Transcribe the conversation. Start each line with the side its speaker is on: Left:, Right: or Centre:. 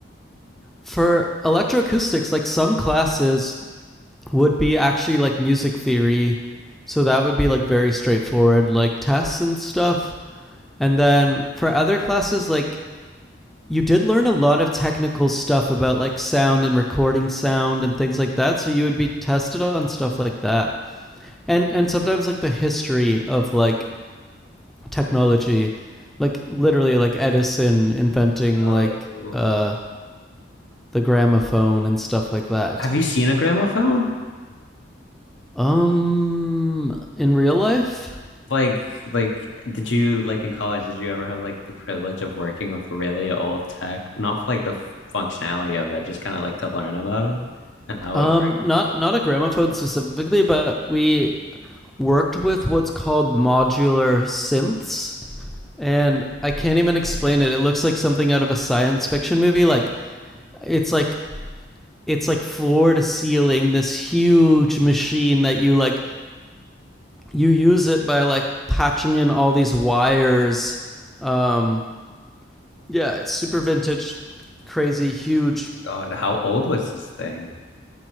Centre: for electroacoustics, like some classes, would be actually like music theory. So that would be like very straightforward, like tests and stuff. And then for other classes, like you did learn a lot of technical stuff about like sound and recording sound and things like that. So you would be tested on stuff like that. And and sometimes like the history of like technology, like literally like Edison inventing
Left: Oh.
Centre: like uh the gramophone and stuff like that.
Left: Have you seen a gramophone?
Centre: Um in real life,
Left: like like did you like in college did you ever have like the privilege of working with really old tech not for like the functionality of it just kind of like to learn about it and how
Centre: Um,
Left: it worked
Centre: not not a gramophone specifically, but we worked with what's called modular synths, and I can't even explain it. It looks like something out of a science fiction movie. Like it's like it's like floor to ceiling, this huge machine that you like you use it by like patching in all these wires. Um, yeah, it's super vintage, crazy, huge
Left: Oh my God how old was this thing